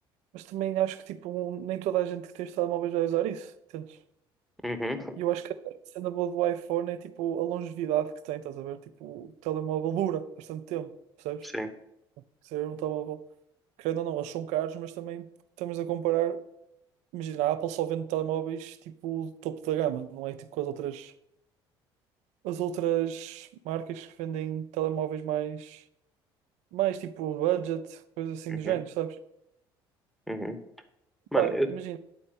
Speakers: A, on the right (about 65°); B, in the centre.
A: Mas também acho que tipo, um- nem toda a gente que tem os telemóveis vai usar isso, entendes?
B: Uhum.
A: E eu acho que a cena boa do iPhone é tipo a longevidade que tem, estás a ver? Tipo, o telemóvel dura bastante tempo, percebes?
B: Sim.
A: Ser um telemóvel. Querendo ou não, eles são caros, mas também estamos a comparar. Imagina, a Apple só vende telemóveis tipo topo da gama, não é tipo com as outras as outras marcas que vendem telemóveis mais mais tipo budget, coisas assim
B: Uhum,
A: do género, sabes?
B: uhum. Mano,
A: Pá,
B: eu
A: imagina,